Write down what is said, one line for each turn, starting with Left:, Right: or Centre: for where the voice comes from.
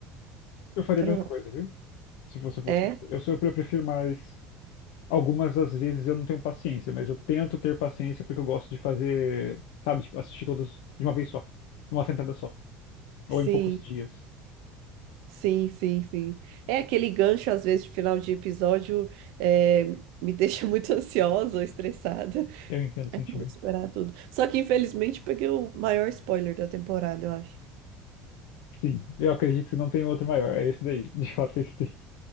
Left: Eu faria
Right: Pra...
Left: a mesma coisa, viu? Se você fosse
Right: É?
Left: você. Eu sou, eu prefiro mais. Algumas das vezes eu não tenho paciência, mas eu tento ter paciência porque eu gosto de fazer, sabe, tipo, assistir todos de uma vez só, numa sentada só, ou
Right: Sim.
Left: em poucos dias.
Right: Sim, sim, sim. É aquele gancho, às vezes, de final de episódio, eh, me deixa muito <laughs> ansiosa, estressada.
Left: Eu entendo o sentimento.
Right: Aí Eu vou esperar tudo. Só que, infelizmente, peguei o maior spoiler da temporada, eu acho.
Left: Sim, eu acredito que não tem outro maior, é esse daí, <laughs> de fato é esse daí.